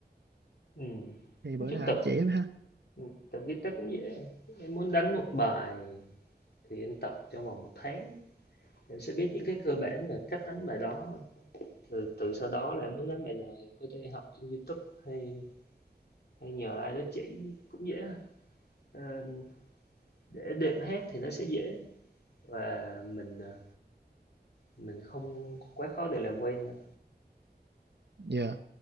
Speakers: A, on the left; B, on the right.
A: Ừm,
B: thì
A: nói
B: bữa
A: chung
B: nào
A: tập
B: anh chỉ em ha
A: Ừ, tập guitar cũng dễ à. Em muốn đánh một bài thì em tập trong vòng một tháng, em sẽ biết những cái cơ bản là cách đánh bài đó. Từ từ sau đó là em muốn đánh bài nào em có thể học trên YouTube hay hay nhờ ai đó chỉ cũng dễ. thôi. Ờ, để đệm hát thì nó sẽ dễ và mình ờ, mình không quá khó để làm quen. đâu.
B: dạ